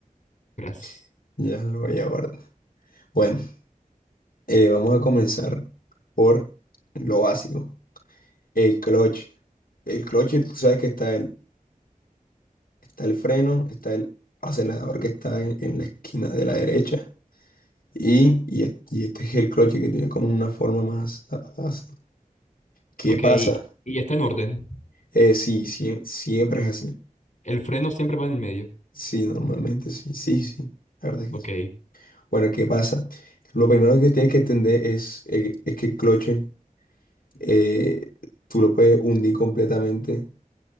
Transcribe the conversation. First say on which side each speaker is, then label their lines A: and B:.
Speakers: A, on the left; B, on the left.
A: Gracias.
B: <laughs> ya lo voy a guardar. Bueno, eh, vamos a comenzar por lo básico. El clutch. El clutch, tú sabes que está él. Está el freno, está el acelerador que está en, en la esquina de la derecha. Y, y es- y este es el cloche que tiene como una forma más a- así. ¿Qué
A: Ok,
B: pasa?
A: y está en orden.
B: Eh, sí, sí, siempre es así.
A: El freno siempre va en el medio.
B: Sí, normalmente sí, sí, sí. La verdad es
A: Ok.
B: que sí. Bueno, ¿qué pasa? Lo primero que tienes que entender es, eh, es que el cloche eh, tú lo puedes hundir completamente